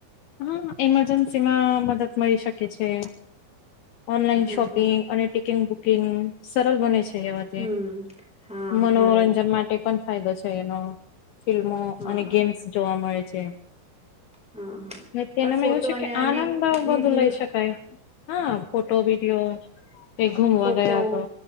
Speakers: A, on the left; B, in the centre.
A: હા ઇમરજન્સી માં મદદ મળી શકે છે ઓનલાઈન
B: હા
A: શોપિંગ
B: હા
A: અને ટિકિટ બુકિંગ સરળ બને છે એવા
B: હમ હા
A: મનોરંજન
B: હારું
A: માટે પણ ફાયદો છે એનો ફિલ્મો
B: હા
A: અને ગેમ્સ જોવા મળે છે
B: હા હા
A: તેનામાં
B: ઓર ફોટો
A: એવું છે
B: અને
A: કે
B: અનેક
A: આનંદ
B: વિડિયો
A: બધું લઈ શકાય હા ફોટો વિડીિયો એ ઘુમવા
B: ફોટો
A: ગયા તો